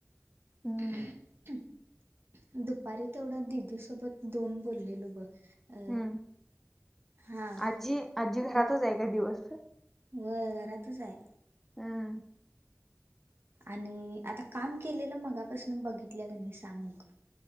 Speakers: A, on the right; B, in the centre.
A: <inaudible>
B: हम्म
A: दुपारी तेवढा दिदी सोबत दोन बोललेलो ब अ
B: हम्म
A: हा
B: आजी आजी घरातच आहे का दिवस
A: व घरातचच आहे
B: हम्म
A: आणि आता काम केलेलं मगापासून बघितल्या ग नाही सांग बघ